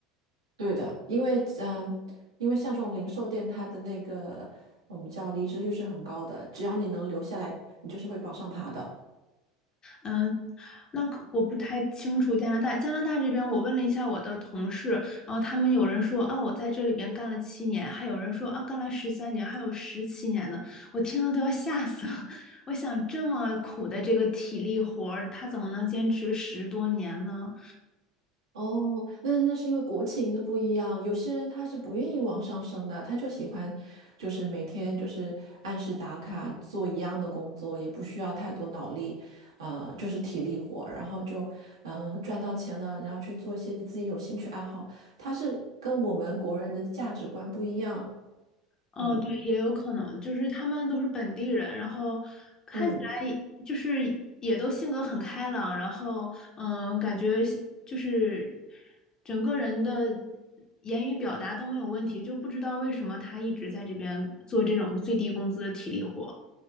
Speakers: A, on the right; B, on the left.
A: 对的，因为嗯，因为像这种零售店，它的那个我们叫离职率是很高的，只要你能留下来，你就是会往上爬的。
B: 嗯，那可我不太清楚加拿大。加拿大这边，我问了一下我的同事，然后他们有人说啊，我在这里边干了七年，还有人说啊，干了十三年，还有十七年的，我听了都要吓死了。<laughs> 我想这么苦的这个体力活儿，他怎么能坚持十多年呢？
A: 哦，那那是因为国情的不一样，有些人他是不愿意往上升的，他就喜欢，就是每天就是按时打卡做一样的工作，也不需要太多脑力，呃，就是体力活，然后就嗯、呃赚到钱了，然后去做一些自己有兴趣爱好，他是跟我们国人的价值观不一样，
B: 哦，
A: 嗯。
B: 对，也有可能，就是他们都是本地人，然后看起来就是也都性格很开朗，
A: 嗯
B: 然后嗯，感觉是就是整个人的言语表达都没有问题，就不知道为什么他一直在这边做这种最低工资的体力活。